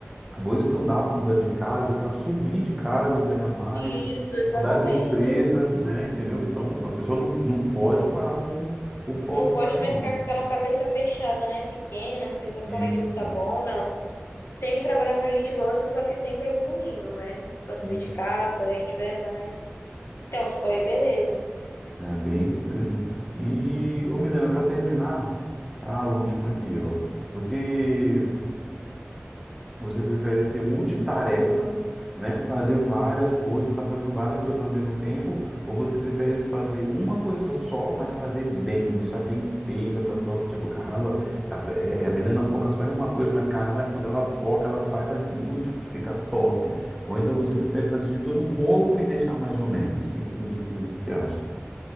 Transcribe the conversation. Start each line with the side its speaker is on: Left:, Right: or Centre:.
Centre: vou estudar para mudar de cargo, para subir de cargo, ganhar mais,
Left: Isso, exatamente.
Centre: mudar de empresa, né? Entendeu? Então a pessoa não, não pode parar o, o foco
Left: Não gosta
Centre: dela, não.
Left: também ficar com aquela cabeça fechada, né? Pequena, pensar só naquilo
Centre: Isso,
Left: que tá bom, não. Tem que trabalhar pra gente gosta, só que sempre evoluindo, né? Pra subir de
Centre: isso.
Left: cargo, pra gente ganhar mais. Então, foi beleza.
Centre: É bem isso mesmo. E, ô Milena, para terminar, a última aqui, ó. Você Você prefere ser multitarefa, né? Fazer várias coisas, tá fazendo várias coisas ao mesmo tempo, ou você prefere fazer uma coisa só, mas fazer bem, deixar bem feito, aquela que, nossa, tipo, caramba, a, é- a Milena foca só em uma coisa, mas caramba, é quando ela foca, ela faz aquilo, tipo, fica top. Ou então você prefere fazer de tudo um pouco e deixar mais ou menos. O que, que, que, que você acha?